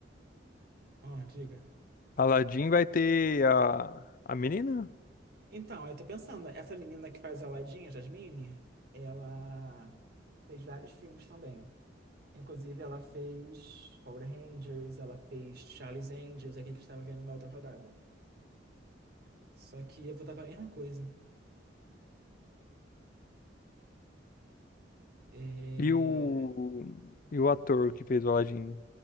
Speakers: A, on the right; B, on the left.
A: ó, diga.
B: Aladdin vai ter a, a menina
A: Então, eu tô pensando, essa menina que faz Aladdin, a Jasmine, ela fez vários filmes também. Inclusive, ela fez Power Rangers, ela fez Charlie's Angels, aquele que eu estava vendo na outra rodada. Só que eu vou para a mesma coisa. É...
B: e o, e o ator que fez o Aladdin.